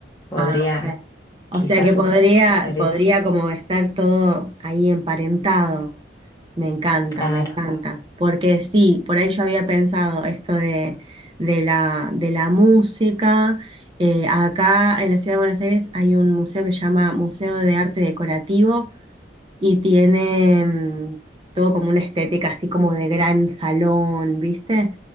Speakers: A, on the left (about 20°); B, on the right (about 30°).
A: podría
B: Ah, ok. O
A: quizás
B: sea que
A: su-
B: podría,
A: sugerirte.
B: podría como estar todo ahí emparentado. Me encanta,
A: Claro.
B: me encanta. Porque sí, por ahí yo había pensado esto de, de la, de la música. Eh, acá en la ciudad de Buenos Aires hay un museo que se llama Museo de Arte Decorativo y tiene mm, todo como una estética así como de gran salón, ¿viste?